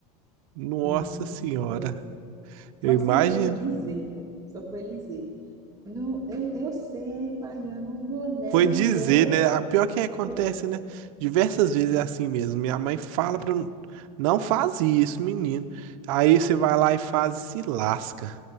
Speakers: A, on the right (about 65°); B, on the right (about 20°).
A: Nossa
B: Fiz, que
A: senhora.
B: situação.
A: Eu
B: Mas
A: imagino.
B: só foi ele dizer, pô. Só foi ele dizer. Não, eu, eu sei, pai, eu não vou não.
A: Foi dizer,
B: Ô,
A: né? A pior que acontece,
B: foi. <laughs>
A: né? Diversas vezes é assim mesmo. Minha mãe fala pra eu não faz isso, menino. Aí você vai lá e faz e se lasca.